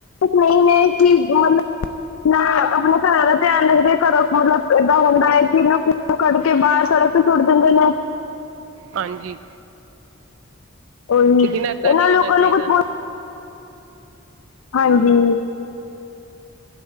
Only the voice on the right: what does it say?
ਹਾਂਜੀ
ਲੇਕਿਨ ਏਦਾਂ
ਨਹੀਂ
ਹੋਣਾ ਚਾਹੀਦਾ
ਨਾ